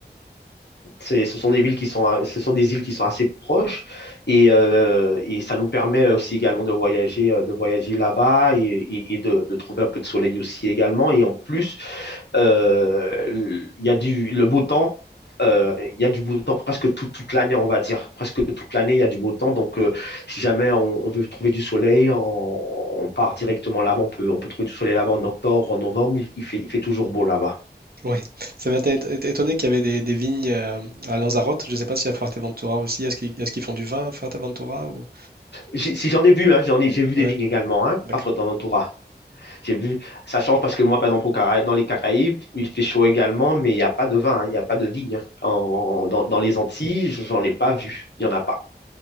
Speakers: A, on the left; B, on the right.
A: C'est, ce sont des villes qui sont, ce sont des îles qui sont assez proches et, euh, et ça nous permet aussi également de voyager, euh, de voyager là-bas et, et- et de, de trouver un peu de soleil aussi également. Et en plus, euh, il y a du, le beau temps. euh, il y a du beau temps presque tout- toute l'année, on va dire. Presque toute l'année, il y a du beau temps. Donc, euh, si jamais on, on veut trouver du soleil, on, on part directement là-bas. On peut, on peut trouver du soleil là-bas en octobre, en novembre. Il fait, il fait toujours beau là-bas.
B: oui. Ça m'a été- été étonné qu'il y avait des, des vignes euh, à Lanzarote. Je ne sais pas si à Fuerteventura aussi, est-ce qu'ils est-ce qu'ils font du vin à Fuerteventura ou...
A: j'ai- Si j'en ai vu, hein, j'en ai, j'ai vu
B: Ouais,
A: des vignes également hein,
B: d'accord.
A: à Fuerteventura. J'ai vu, ça change parce que moi, par exemple, au Cara- dans les Caraïbes, où il fait chaud également, mais il n'y a pas de vin, hein, il n'y a pas de vigne. hein. En- dans, dans les Antilles, j'en ai pas vu, il n'y en a pas.